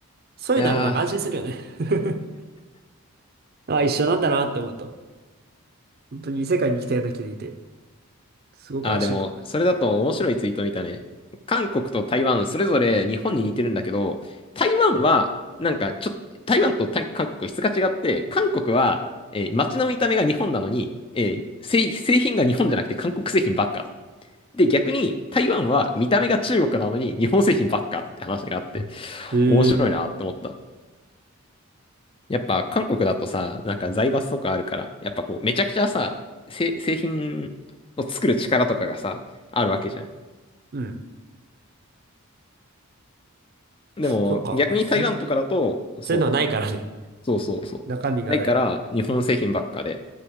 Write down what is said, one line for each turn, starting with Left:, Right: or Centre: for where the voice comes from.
Right: そういうのあるとなんか安心するよね。
Left: やー。
Right: <laughs> あ一緒なんだなって思うと。本当に異世界に来たような気でいて、すごく安心感がある。
Left: ああ、でも、それだと面白いツイート見たね。韓国と台湾、それぞれ日本に似てるんだけど、台湾は、なんか、ちょ、台湾と台韓国は質が違って、韓国は、えー街の見た目が日本なのに、えー製、製品が日本じゃなくて韓国製品ばっか。で、逆に台湾は見た目が中国なのに日本製品ばっかって話があって、
Right: うん。
Left: 面白いなって思った。
Right: へえ。
Left: やっぱ韓国だとさ、なんか財閥とかあるから、やっぱこう、めちゃくちゃさ、製、製品を作る力とかがさ、あるわけじゃん。
Right: うん。
Left: でも逆に台湾とかだと、
Right: そっか、<laughs> なるほどね。
Left: そう、
Right: そういうのはないからね。
Left: そうそうそう。
Right: 中身がだいぶ。
Left: ないから日本製品ばっかで。